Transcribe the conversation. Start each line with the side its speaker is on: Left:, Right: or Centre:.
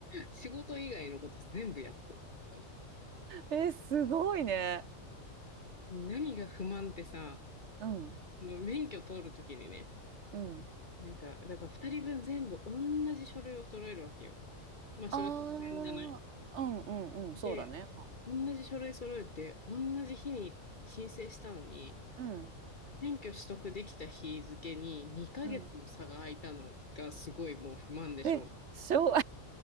Left: 仕事以外のこと全部やってるって感じ
Right: え、すごいね。
Left: 何が不満ってさ、
Right: うん、
Left: その免許取る時にね、
Right: うん。
Left: なんか、だから2人分全部同じ書類を揃えるわけよ。まあ、それは当然じゃない
Right: ああ、うんうんうん、そうだね。
Left: で、同じ書類揃えて、同じ日に申請したのに、
Right: うん、
Left: 免許取得できた日付に2ヶ月も差が空いたのがすごいもう不満でしょう。
Right: うん。え、しょう、